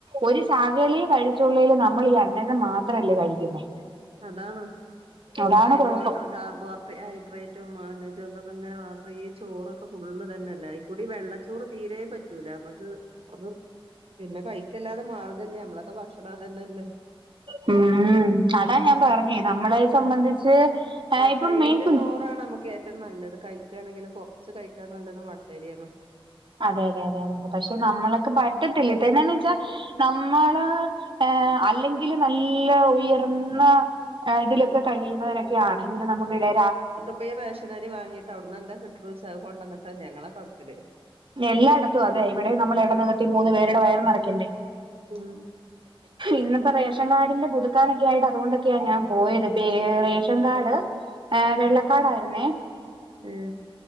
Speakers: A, on the right; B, on the right.
A: ഒരു സകലേം കഴിചോള്ളേൽ നമ്മൾ ഈ അന്നജം മാത്രല്ലേ കഴിക്കുന്നേ
B: അതാണ്
A: അതാണ്
B: കായ്
A: കുഴപ്പം
B: ബോഡർ കാർബോ ഹൈഡ്രേറ്റും അന്നജോ തോക്കെ അങ്ങനെ മാത്രമേ ഈ ചോറൊക്കെ ഫുള് തന്നെ അല്ലേ ഈ കൂടി വെള്ള ചൊറ് തീരേ പ പറ്റൂല നമ്മക്ക് അത് പിന്നെ കഴിക്കല്ലാതെ മാർഗല്ല നമ്മളൊക്കെ ഭക്ഷണം അത ന്നെല്ലേ
A: മം അതാ ഞാൻ പറഞ്ഞേ നമ്മളെ സംബന്ധിച്ച് ഏഹ്
B: മട്ടഅയ്രിന്റെ
A: ഇപ്പം മെയിൻ കു
B: ചോറാണ് നമുക്ക് ഏറ്റവും നല്ലത്. കഴിക്കാണെങ്കിലും കൊറച്ച് കഴിക്കാൻ നല്ലത് മട്ടരിയാണ്
A: അതെ അതെ അതെ അതെ അതെ പക്ഷെ നമ്മളക്ക് പറ്റത്തില്ല ഇതന്നെയാന്ന് വെച്ചാൽ നമ്മള് ഏഹ് അല്ലെങ്കിൽ നല്ല ഉയർന്ന ഇതിലൊക്കെ കഴിയുന്നവരൊക്കെ ആണെങ്കിലും നമുക്കിടെ
B: ഇപ്പയീ റേഷൻ അരി വാങ്ങീട്ട് അവിടുന്ന് എന്താ കിട്ട്ണെച്ചാ അത് കൊണ്ടന്ന്ട്ടാ ഞങ്ങളൊക്കെ വെക്കല്
A: എല്ലായിടത്തും അതെ ഇവിടെയും നമ്മൾ ഇടനകത്തി മൂന്ന് പേരുടെ വയറ് നിറയ്ക്കണ്ടേ
B: ഉം
A: ഇന്നിപ്പോ റേഷൻ കാർഡിന്റെ പുതുക്കാനൊക്കെ ആയിട്ട് അതുകൊണ്ടൊക്കെയാ ഞാൻ പോയത് പെ റേഷൻ കാർഡ് ഏഹ
B: ഉം
A: വെള്ളകാർഡ്ആയിര്ന്നേ
B: ഏഹ്